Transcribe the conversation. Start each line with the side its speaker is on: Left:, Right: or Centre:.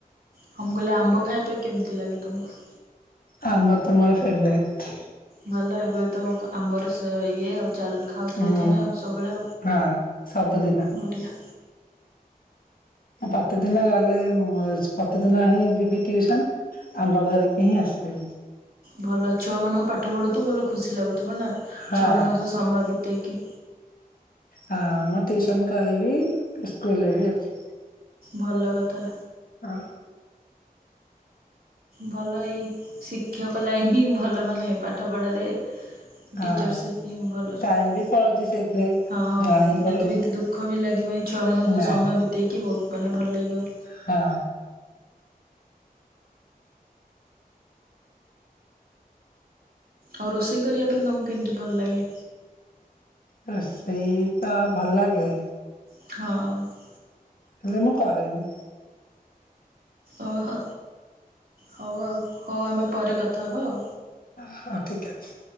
Right: ହଁ ମୁଁ କହିଲା ଆମ୍ବ ଖାଇବା ପାଇଁ କେମିତି ଲାଗେ ତମକୁ?
Left: ଆମ୍ବା ତ ମୋର ଫେବରାଇଟ୍।
Right: ଭଲ ଏବେ ତ ଆମ୍ବର ଇଏ ଆଉ ଚାଲ ଖାଉଥିବ
Left: ହୁଁ
Right: ତୁମେ ଆଉ ସବୁବେଳେ
Left: ହଁ ସବୁଦିନ
Right: ବଢ଼ିଆ।
Left: ପ୍ରତିଦିନ ଗଲେ ପ୍ରତିଦିନ ହିଁ ଯିବି ଟ୍ୟୁସନ୍। ଆମ୍ବ ଧରିକି ହିଁ ଆସିବି।
Right: ଭଲ ଛୁଆମାନଙ୍କୁ ପାଠ ପଢଉଥିବୁ ତୁ ଭଲ ଖୁସି ଲାଗୁଥିବ ନା ଛୁଆମାନାଙ୍କ
Left: ହଁ
Right: ସହ ସମୟ ବିତେଇକି
Left: ହଁ ମୁଁ ଟିଉସନ୍ କରିବି ସ୍କୁଲରେ ବି ଅଛି।
Right: ଭଲ କଥା।
Left: ହଁ।
Right: ଭଲ ଏଇ ଶିକ୍ଷକ ଲାଆଇନ ହିଁ ଭଲ ମାନେ ପାଠ ପଢ଼ାରେ।
Left: ହଁ
Right: ଟିଚରସିପ ହି ଭଲ ସବ
Left: ଟାଇମ ବି ପଳଉଛି ସେଇଥିରେ
Right: ହଁ
Left: ଜଣା ହିଁ ପଡୁନି
Right: ଏତେ ବି ଦୁ ଦୁଖ ବି ଲାଗିବନି ଛୁଆମାନଙ୍କ ସହତ
Left: ନାଇଁ
Right: ସମୟ ବିତେଇକି ବହୁତ ମାନେ ଭଲ ଲାଗିବ।
Left: ହଁ।
Right: ଆଉ ରୋଷେଇ କରିବା ପାଇଁ ତମକୁ କେମିତି ଭଲ ଲାଗେ?
Left: ରୋଷେଇ ତ ଭଲ ଲାଗେ।
Right: ହଁ।
Left: ହେଲେ ମୁଁ କରେନି।
Right: ଓହୋ ହଉ ଆଉ ହଉ ଆମେ ପରେ କଥା ହେବ ଆଉ।
Left: ହ ଠିକ୍ ଅଛି।